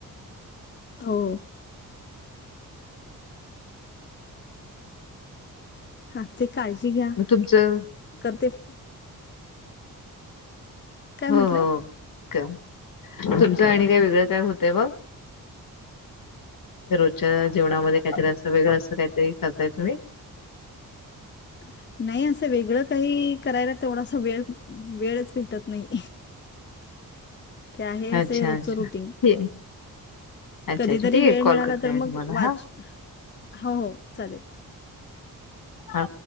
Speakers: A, on the left; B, on the left.
A: हो. हा ते काळजी घ्या
B: मग तुमचं
A: करते फोन.
B: हो.
A: म्हटलं
B: हो. का. तुमचं आणि काही वेगळं काय होतंय मग. रोजच्या जेवणामध्ये काहीतरी असं वेगळं असं. काहीतरी करताय तुम्ही?
A: ह <unintelligible> नाही असं वेगळं काही करायला तेवडासा वेळ. वेळच भेटत नाही. ते आहे असं
B: अच्छा
A: रोजचं
B: अच्छा
A: रुटींग.
B: ठीक अच्छा
A: कधीतरी
B: अच्छा ठीक आहे
A: वेळ
B: कॉल
A: मिळाला
B: करते
A: तर
B: मी
A: मग
B: तुम्हाला
A: वाच
B: हा
A: हो. हो चालेल.
B: हा.